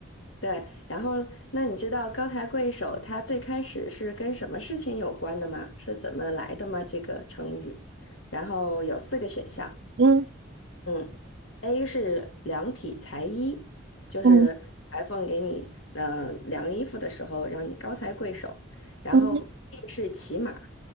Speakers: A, on the left; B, on the right.
A: 对，然后那你知道高抬贵手它最开始是跟什么事情有关的吗？是怎么来的吗？这个成语，然后有四个选项，
B: 嗯。
A: 嗯，A 是量体裁衣，就是裁缝给你嗯量衣服的时候让你高抬贵手，
B: 嗯
A: 然后
B: 嗯
A: B 是骑马，